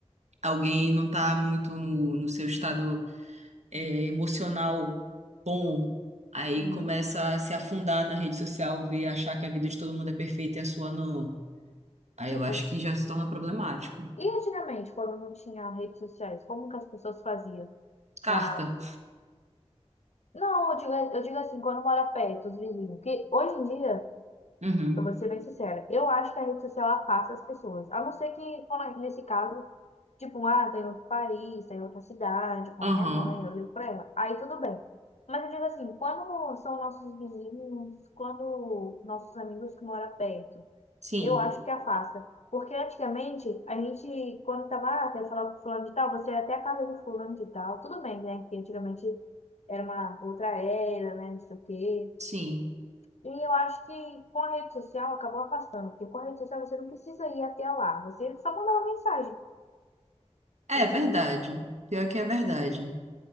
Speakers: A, on the right; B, on the left.
A: alguém não tá muito no, no seu estado é, emocional bom, aí
B: sim.
A: começa a se afundar na rede social, ver, achar que a vida de todo mundo é perfeita e a sua não. Aí
B: Tipo,
A: eu acho que já se torna problemático.
B: E antigamente, quando não tinha redes sociais, como que as pessoas faziam
A: Carta.
B: pra... Não, eu digo, eu digo assim, quando mora perto, os vizinhos. que hoje em dia,
A: Uhum.
B: eu vou ser bem sincera, eu acho que a rede social afasta as pessoas. A não ser que, quando- nesse caso, tipo, ah, tá em outro país, tá em outra cidade, como
A: Aham.
B: minha mãe, eu ligo pra ela. Aí tudo bem. Mas eu digo assim, quando são nossos vizinhos, quando nossos amigos que moram perto,
A: Sim.
B: eu acho que afasta. Porque antigamente, a gente, quando tava, ah, quer falar com fulano de tal, você ia até a casa de fulano de tal. Tudo bem, né? Que antigamente era uma outra era, né? Não sei o quê.
A: Sim.
B: E eu acho que com a rede social acabou afastando. Porque com a rede social você não precisa ir até lá. Você só manda uma mensagem,
A: É
B: entendeu?
A: verdade. Pior que é verdade.